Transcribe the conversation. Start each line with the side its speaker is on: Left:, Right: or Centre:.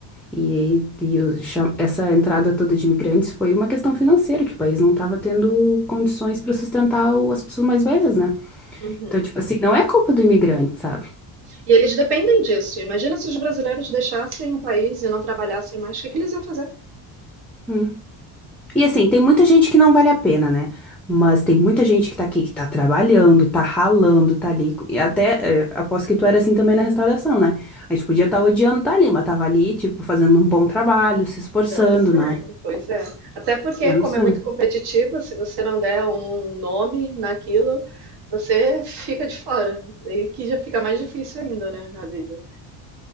Centre: E, aí, e o cha- essa entrada toda de imigrantes foi uma questão financeira, que o país não estava tendo condições para sustentar o- as pessoas mais velhas, né?
Right: Uhum.
Centre: Então, tipo assim, não é culpa do imigrante, sabe?
Right: E eles dependem disso. Imagina se os brasileiros deixassem o país e não trabalhassem mais, o que que eles iam fazer?
Centre: Hum. E assim, tem muita gente que não vale a pena, né? Mas tem muita gente que tá aqui, que tá trabalhando, tá ralando, tá ali. E até, eh, aposto que tu era assim também na restauração, né? A gente podia estar odiando tá ali, mas tava ali, tipo, fazendo um bom trabalho, se esforçando,
Right: Dando sign,
Centre: não é?
Right: pois é. Até porque,
Centre: Não,
Right: como é
Centre: não
Right: muito competitiva, se você não der um nome naquilo, você fica de fora. E que já fica mais difícil ainda, né, na vida.